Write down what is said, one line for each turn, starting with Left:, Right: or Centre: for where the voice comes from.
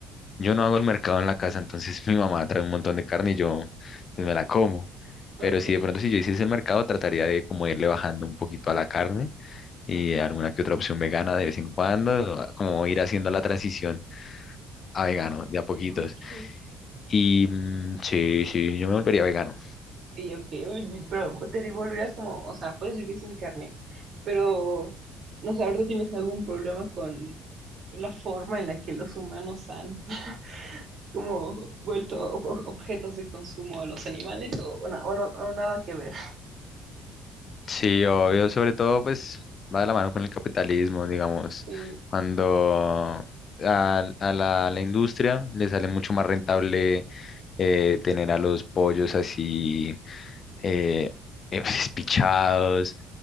Left: yo no hago el mercado en la casa, entonces <laughs> mi mamá trae un montón de carne y yo pues me la como.
Right: Ok,
Left: Pero si de pronto si yo hiciese el mercado, trataría de como irle bajando un poquito a la carne y alguna que otra opción vegana de vez en cuando, ah, como ir haciendo la transición a vegano
Right: o-
Left: de a poquitos.
Right: ok.
Left: Y mm, sí, sí, yo me volvería vegano.
Right: Sí, ok, uy, sí, pero te volverías como, o sea, puedes vivir sin carne, pero no sé, ahorita tienes algún problema con la forma en la que los humanos han <laughs> como vuelto ob- ob- objetos de consumo a los animales o, o na- o no, o nada que ver.
Left: Sí, obvio, sobre todo pues va de la mano con el capitalismo, digamos,
Right: Sí,
Left: cuando a, a la, a la industria le sale mucho más rentable eh, tener a los pollos así eh, eh, <laughs> espichados,